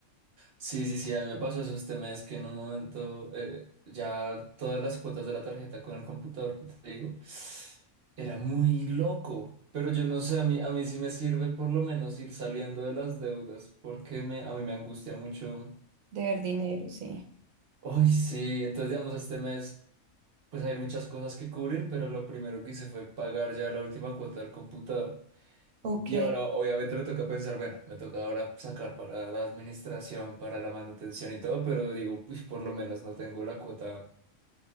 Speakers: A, on the right (about 50°); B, on the right (about 75°).
A: sí, sí, sí, a mí me pasó eso este mes que en un momento eh, ya todas las cuotas de la tarjeta con el computador que te digo era muy loco. Pero yo no sé, a mí, a mí sí me sirve por lo menos ir saliendo de las deudas porque me, a mí me angustia mucho.
B: de ver dinero, sí.
A: Uy, sí, entonces digamos este mes pues hay muchas cosas que cubrir, pero lo primero que hice fue pagar ya la última cuota del computador.
B: Ok,
A: Y ahora obviamente me toca pensar, bueno, me toca ahora sacar para la administración, para la manutención y todo, pero digo, pues por lo menos no tengo la cuota